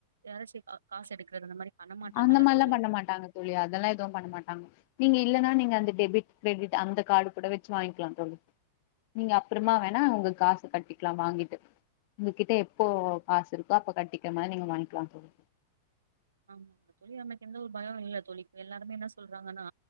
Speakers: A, on the right; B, on the left.
A: ஏராச்சு க காசு எடுக்கறது அந்த மாரி பண்ண மாட்டாங்கல்ல
B: அந்த மாரில்லா
A: தோழி?
B: பண்ணமாட்டாங்க தோழி அதெல்லா எதுவு பண்ண மாட்டாங்க நீங்கி இல்லன்னா நீங்க அந்த டெபிட் கிரெடிட் அந்த கார்டு கூட வச்சி வாங்கிக்கலா தோழி நீங்க அப்புறமா வேணா உங்க காசு கட்டிக்கலா வாங்கிட்டு உங்ககிட்ட எப்போ காசு இருக்கோ அப்ப கட்டிக்கிற மாரி நீங்க வாங்கிக்கலா தோழி
A: ஆமா ஆ தோழி நமக்கு எந்த ஒரு பயோ இல்ல தோழி இப்ப எல்லாருமே என்ன சொல்றாங்கன்னா